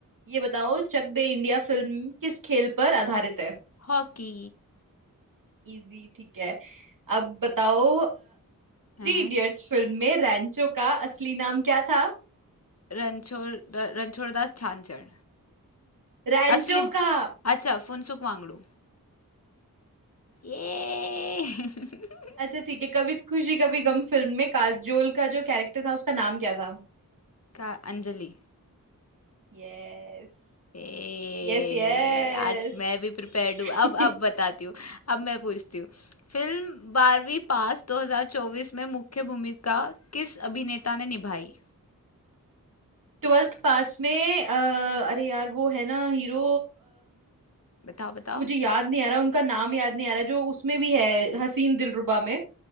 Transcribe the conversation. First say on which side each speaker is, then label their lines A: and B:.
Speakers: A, on the right; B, on the left.
A: ये बताओ चक दे इंडिया फिल्म किस खेल पर आधारित है
B: हॉकी
A: इजी ठीक है अब बताओ
B: हाँ,
A: थ्री इडियट्स फिल्म में रैंचो का असली नाम क्या था
B: रणछोड़ र- रणछोड़दास छानछड़
A: रैंचो
B: असली
A: का
B: अच्छा फुनसुक वांगडू ये <laughs>
A: अच्छा ठीक है कभी खुशी कभी गम फिल्म में काजोल का जो कैरेक्टर था उसका नाम क्या था
B: का अंजलि
A: Yes
B: ए
A: yes yes
B: आज मैं भी प्रिपेयर्ड हूँ
A: <laughs>
B: अब अब बताती हूँ अब मैं पूछती हूँ फिल्म बारहवीं पास 2024 में मुख्य भूमिका किस अभिनेता ने निभाई
A: Twelfth pass में अ, अरे यार वो है ना हीरो
B: बताओ बताओ
A: मुझे याद नहीं आ रहा उनका नाम याद नहीं आ रहा जो उसमें भी है हसीन दिलरुबा में